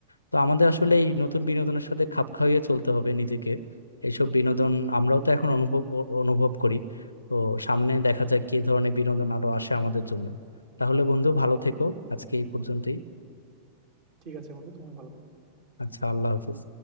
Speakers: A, on the left; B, on the right.
A: তো আমাদের আসলে এই নতুন বিনোদনের সাথে খাপ খাইয়ে চলতে হবে নিজেকে এইসব বিনোদন আমরাও তো এখন অনুভব অ- অনুভব করি তো সামনে দেখা যাক কি ধরনের বিনোদন আরো আসে আমাদের জন্য তাহলে বন্ধু ভালো থেকো আজকে এই পর্যন্তই
B: ঠিক আছে বন্ধু তুমি ভালো থেকো
A: আচ্ছা আল্লাহ হাফিজ